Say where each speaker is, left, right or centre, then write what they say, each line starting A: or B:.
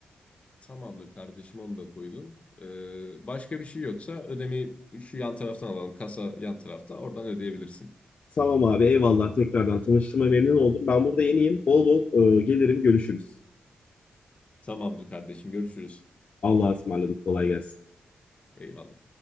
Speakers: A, on the left (about 45°); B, on the left (about 60°).
A: Tamamdır kardeşim onu da koydum. Ee, başka bir şey yoksa ödemeyi şu yan taraftan alalım. Kasa yan tarafta. Oradan ödeyebilirsin.
B: Tamam abi eyvallah. Tekrardan tanıştığıma memnun oldum. Ben burada yeniyim. Bol bol e, gelirim görüşürüz.
A: Tamamdır kardeşim görüşürüz.
B: Allah'a ısmarladık. Kolay gelsin.
A: Eyvallah.